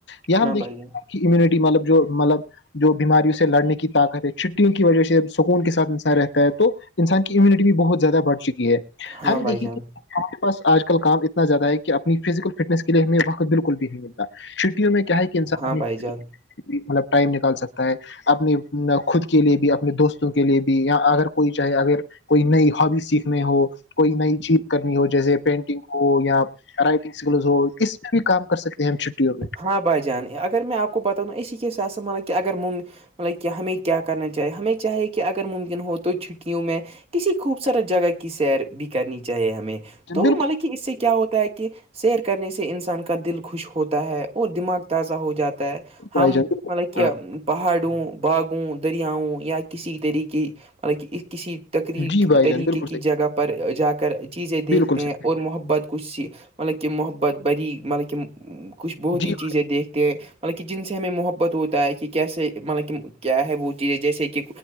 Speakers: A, on the left; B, on the right.
A: یہ ہم
B: ہاں
A: دیکھیں
B: بھائی
A: گ
B: جان
A: آپ کی امیونٹی مطلب جو مطلب جو بیماریوں سے لڑنے کی طاقت ہے چھٹیوں کی وجہ سے سکون کے ساتھ انسان رہتا ہے تو انسان کی امیونٹی بھی بہت زیادہ بڑھ چکی ہے
B: ہاں
A: ہم
B: بھائی
A: دیکھے
B: جان
A: کہ آس پاس آج کل کام اتنا زیادہ ہے کہ اپنی فزیکل فٹنس کےے ہمیں وقت بالکل بھی نہیں مل چھٹیوں میں کیا ہے کہ انسان
B: ہاں
A: نے
B: بھائی جان
A: مطلب ٹائم نکال سکتا ہے اپنی خود کے لیے بھی اپنے دوستوں کے لیے بھی یا اگر کوئی چاہے اگر کوئی نئی ہابی سیکھنی ہو کوئی نئی چیز کرنی ہو جیسے پین یا رائٹنگ سکلز ہو کس پہ بھی کام کر سکتے ہیں ہم چھٹیوں میں
B: ہاں بھائی جان اگر میں آپ کو پتا ہوں اسی کے حساب سے مطب کہ اگر مگ مطلب کہ ہمیں کیا کرنا چاہیے ہمیں چاہے کہ اگر ممکن ہو تو چھٹیوں میں کسی خوبصورت جگہ کی سیر بھی کرنی چاہیے ہمیں تو
A: بالکل
B: مطلب کہ اس سے کیا ہوتا ہے کہ سیر کرنے سے انسان کا دل خوش ہوتا ہے اور دماغ تازہ ہو جاتا ہے ہم
A: بھائی جان بالکل
B: مطلب کہ
A: ہاں
B: پہاڑوں باغوں دریاؤں یا کسی طریقے مطک ایک کسی تقریب
A: جی بھائی
B: طریقے
A: جان بالکل
B: کی
A: صحیح
B: جگہ پر جا کر چیزیں دیکھتے
A: بالکل
B: ہیں
A: صحیح
B: اور محبت کی مطلب کہ محبت بری مطلب کہ کچھ بہت
A: جی
B: ہی چیزیں دیکھتے ہیں مطلب کہ جن سے ہمیں محبت ہوتا ہے کہ کیسے مطلب کہ کیا ہے وہ چیز جیسے کہ